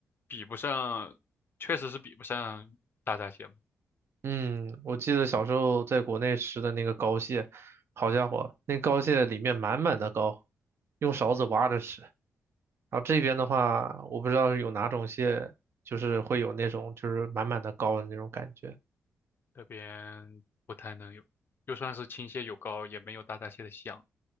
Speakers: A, on the left (about 45°); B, on the right (about 55°).
A: 比不上，确实是比不上大闸蟹嘛
B: 嗯，我记得小时候在国内吃的那个膏蟹，好家伙，那膏蟹里面满满的膏，用勺子挖着吃。然后这边的话，我不知道有哪种蟹，就是会有那种就是满满的膏的那种感觉。
A: 这边不太能有，就算是青蟹有膏，也没有大闸蟹的香。